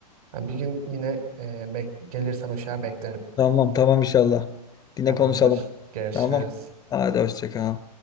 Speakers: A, on the right; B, on the left.
A: Ha, bir gün yine e, bek- gelirsen uşağa beklerim.
B: Tamam tamam inşallah. Yine
A: Tamamdır.
B: konuşalım.
A: Görüşürüz.
B: Tamam. Hadi hoşça kal.